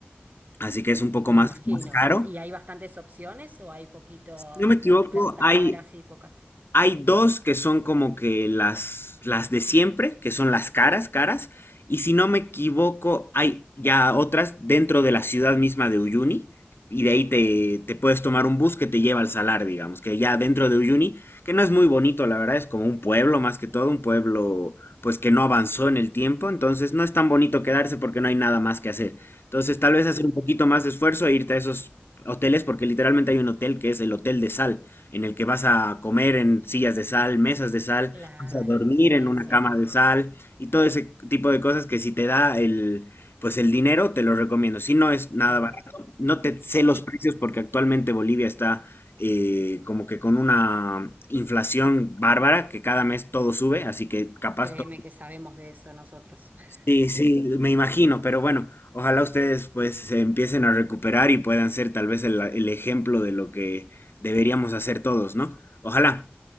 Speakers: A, on the left (about 70°); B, on the right (about 45°).
A: Así que es un poco
B: Me
A: más,
B: imagino.
A: más caro.
B: ¿Y hay bastantes opciones o hay poquitos,
A: Si no me equivoco,
B: o sea, ofertas
A: hay,
B: caras y pocas?
A: hay dos que son como que las, las de siempre, que son las caras, caras. Y si no me equivoco, hay ya otras dentro de la ciudad misma de Uyuni. Y de ahí te, te puedes tomar un bus que te lleva al salar, digamos, que ya dentro de Uyuni, que no es muy bonito, la verdad, es como un pueblo más que todo, un pueblo pues que no avanzó en el tiempo, entonces no es tan bonito quedarse porque no hay nada más que hacer. Entonces tal vez
B: Mira.
A: hacer un poquito más de esfuerzo e irte a esos hoteles, porque literalmente hay un hotel que es el Hotel de Sal, en el que vas a comer en sillas de sal, mesas de sal,
B: Claro,
A: vas a dormir
B: la experiencia
A: en una cama de sal y todo ese tipo de cosas que si te da el, pues el dinero, te lo recomiendo. Si no es nada
B: lo
A: barato,
B: vale.
A: no te sé los
B: Y
A: precios porque actualmente Bolivia está eh, como que con una inflación bárbara que cada mes todo sube, así que capaz
B: créeme
A: todo.
B: que sabemos de eso nosotros. <laughs>
A: Sí, sí, me imagino, pero bueno, ojalá ustedes pues se empiecen a recuperar y puedan ser tal vez el el ejemplo de lo que deberíamos hacer todos, ¿no? Ojalá.